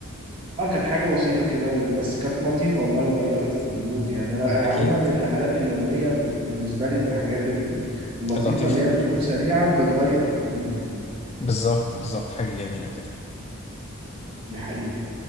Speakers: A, on the right (about 25°); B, on the left (about 30°).
A: اه كانت حاجة بسيطة كده وبس كانت لطيفة والله وغيرت في المود يعني أنا أنا
B: اكيد
A: عموما الرحلات اليومية بت... بالنسبة لي من الحاجات ال- اللطيفة
B: لطيفة
A: اللي هي بتكون سريعة وبتغير في المود يعني
B: بالظبط بالظبط حاجة جميلة كده
A: دي حقيقة